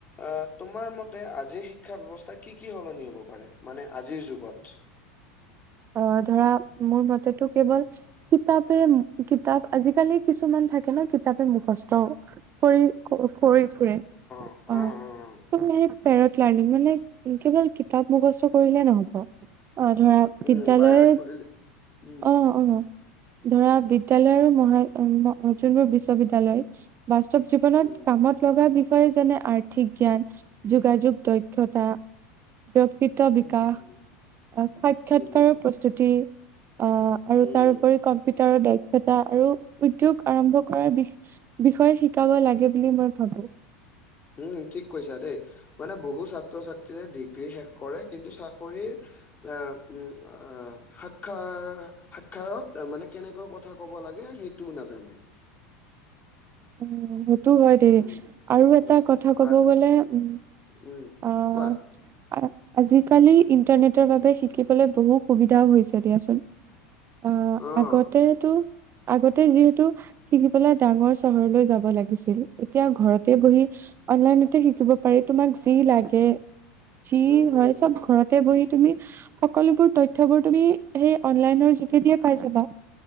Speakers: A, on the left (about 25°); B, on the right (about 35°).
A: আহ, তোমাৰ মতে আজিৰ শিক্ষ <unintelligible> ব্যৱস্থাৰ কি কি সলনি হ'ব পাৰে, মানে আজিৰ যুগত?
B: অ', ধৰা মোৰ মতেটো কেৱল কিতাপে-কিতাপ আজিকালি কিছুমান থাকে ন কিতাপে মুখস্থও কৰি-কৰি ফুৰে।
A: উম, উম।
B: অ সেই পেৰট লাৰ্নিং মানে কেৱল কিতাপ মুখস্থ কৰিলে নহ'ব। অ', ধৰা
A: উম,
B: বিদ্যালয়ত
A: বাই হাৰ্ট কৰিলে উম,
B: অ', অ'। ধৰা বিদ্যালয় আৰু মহা-মো যোনবোৰ বিশ্ববিদ্যালয় বাস্তৱ জীৱনত
A: উম।
B: কামত লগা বিষ বিষয় যেনে আৰ্থিক জ্ঞান, যোগাযোগ দক্ষতা ব্যক্তিত্ব বিকাশ,
A: উম, হুম,
B: সাক্ষাৎকাৰৰ
A: উম, হুম,
B: প্ৰস্তুতি অ', আৰু
A: উম,
B: তাৰ ওপৰি কম্পিউটাৰৰ দায়ি <unintelligible> আৰু উদ্যোগ আৰম্ভ কৰাৰ বি-বিষয়ে শিকাব লাগে বুলি মই ভাবোঁ।
A: উম, ঠিক কৈছা দেই মানে বহু ছাত্ৰ-ছাত্ৰীয়ে ডিগ্ৰী শেষ কৰে কিন্তু চাকৰিৰ অ', উম, অ', সাক্ষাৰ-সাক্ষাৰত মানে কেনেকুৱা কথা কব লাগে সেই টো নাজানে।
B: উম সেইটো হয় দেই
A: উম,
B: আৰু এটা
A: উম,
B: কথা ক'ব
A: আ,
B: গলে উম
A: উম,
B: আহ
A: কোৱা।
B: আ- আজিকালি ইন্টাৰনেটৰ বাবে শিকিবলৈ বহু সুবিধাও হৈছে দিয়াচোন। অ',
A: অ',
B: আগতেতো আগতে যিহেতু শিকিবলৈ ডাঙৰ চহৰলৈ যাব লাগিছিল এতিয়া ঘৰতে বহি অনলাইনতে শিকিব পাৰি তোমাক যি লাগে যি
A: উম, হুম,
B: হয়
A: হুম,
B: চব
A: হুম।
B: ঘৰতে বহি তুমি সকলোবোৰ তথ্যবোৰ তুমি সেই অনলাইনৰ যোগেদিয়ে পাই যাবা।